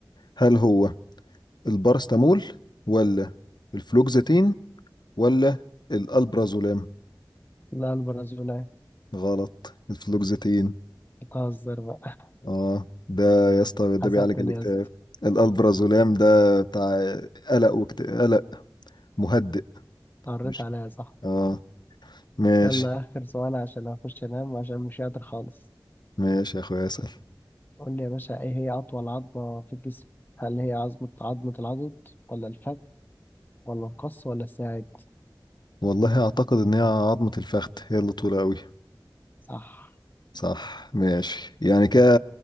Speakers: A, on the left; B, on the left.
A: هل هو البارستامول ولا الفلوكزيتين ولا الالبرازولام
B: لا البرازيلية
A: غلط الفلوكزيتين
B: بتهزر بقى
A: اه ده يا اسطى
B: <laughs>
A: ده
B: حسدتني
A: بيعالج الاكتئاب
B: يا اسطى
A: الالبرازولام ده بتاع قلق وقلق مهدئ
B: قريت
A: مش
B: عليها صح
A: اه ماشي
B: يلا اخر سؤال عشان اخش انام وعشان مش قادر خالص
A: ماشي يا اخويا اسال
B: قول لي يا باشا ايه هي اطول عظمة في الجسم هل هي عظمة عظمة العضد ولا الفخذ ولا القص ولا الساعد
A: والله اعتقد ان هي عظمة الفخذ هي اللي طولة قوي
B: صح
A: صح ماشي يعني كده